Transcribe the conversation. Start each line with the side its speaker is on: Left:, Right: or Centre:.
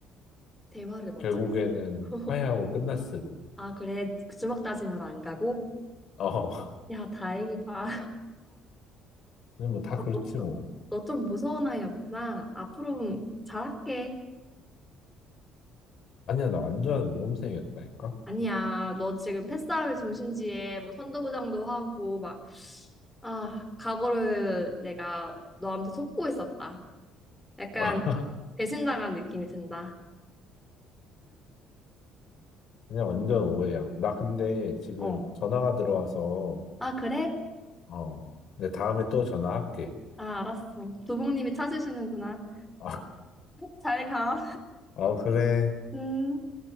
Centre: 대화를 먼저
Left: 결국에는
Centre: 했어. <laughs>
Left: 화해하고
Centre: 어.
Left: 끝났음.
Centre: 아, 그래. 주먹 다짐으로 안 가고?
Left: 어, <laughs>
Centre: 야, 다행이다.
Left: 근데 뭐 다
Centre: <laughs>
Left: 그렇지 뭐.
Centre: 너 좀 무서운 아이였구나. 앞으로 잘할게.
Left: 아니야, 나 완전 모범생이었다니까?
Centre: 아니야, 너 지금 패싸움의 중심지에 뭐 선도부장도 하고 막, 아, 각오를 내가 너한테 속고 있었다. 약간
Left: <laughs>
Centre: 배신당한 느낌이 든다.
Left: 그냥 완전 오해야. 나 근데 지금
Centre: 어.
Left: 전화가 들어와서,
Centre: 아, 그래?
Left: 어, 내 다음에 또 전화할게.
Centre: 아, 알았어. 도봉님이 찾으시는구나.
Left: <laughs>
Centre: 잘 가.
Left: 아, 그래.
Centre: 음.